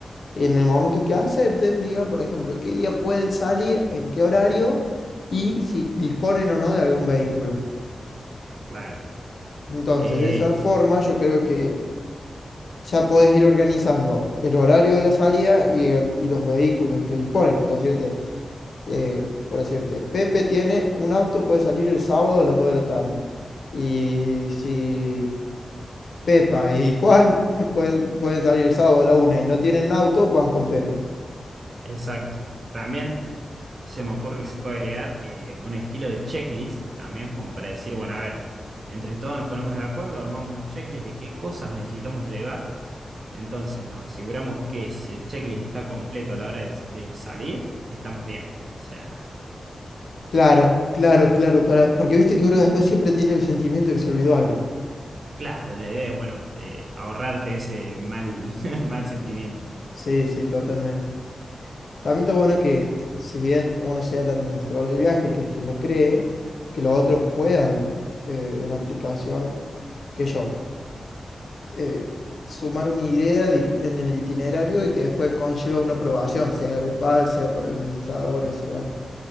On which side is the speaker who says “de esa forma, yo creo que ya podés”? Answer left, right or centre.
Left